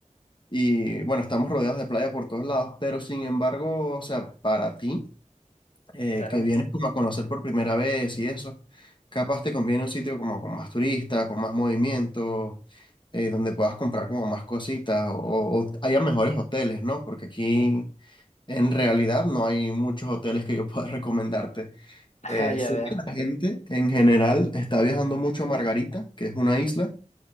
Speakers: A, on the left; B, on the left.
A: Y bueno, estamos rodeados de playa por todos lados, pero sin embargo, o sea, para ti eh,
B: Claro.
A: que vienes como a conocer por primera vez y eso, capaz te conviene un sitio como con más turistas, con más movimiento, eh, donde puedas comprar como más cositas o, o haya mejores hoteles, ¿no? Porque aquí en realidad no hay muchos hoteles que yo pueda <laughs> recomendarte.
B: Ah,
A: Eh,
B: ya
A: sé
B: veo.
A: que la gente en general está viajando mucho a Margarita, que es una isla,